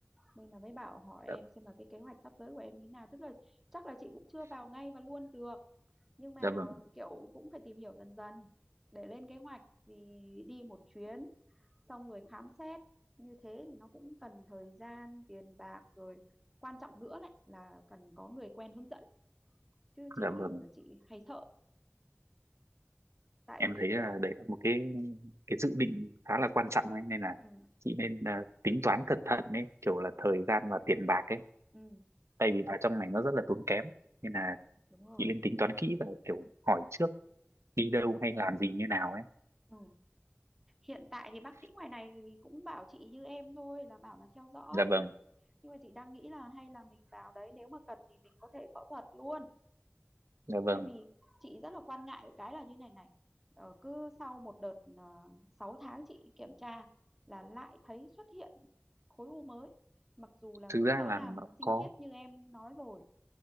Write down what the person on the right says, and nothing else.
dạ,
dạ vâng
dạ vâng
em
thấy là
đấy là một cái cái dự định khá là quan trọng ấy nên là
chị nên à, tính toán cẩn thận ấy kiểu là thời gian và tiền bạc ấy
tại vì vào trong này nó rất là tốn kém nên là
chị nên tính toán kỹ và kiểu hỏi trước đi đâu hay làm gì như nào ấy
dạ vâng
dạ vâng
thực
ra
là
nó
có